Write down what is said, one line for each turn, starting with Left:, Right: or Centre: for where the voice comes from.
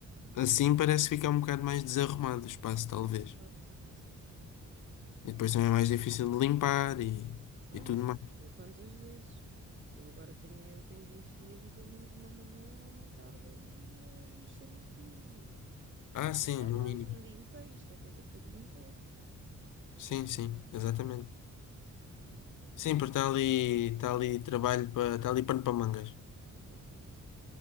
Left: assim parece ficar um bocado mais desarrumado o espaço, talvez.
Right: Exato, exatamente.
Left: E depois também é mais difícil de limpar e,
Right: Ah,
Left: e tudo mais.
Right: eu quantas vezes? Eu agora tenho, eu tenho de investir ali pelo menos uma manhã ou uma tarde ali a mexer naquilo e,
Left: Ah,
Right: e
Left: sim,
Right: ou
Left: no
Right: mais
Left: mínimo.
Right: um dia inteiro. Isto é coisa para dia inteiro.
Left: Sim, sim, exatamente.
Right: Não,
Left: Sim, porque está ali, está ali trabalho para, está ali pano para mangas.
Right: completamente.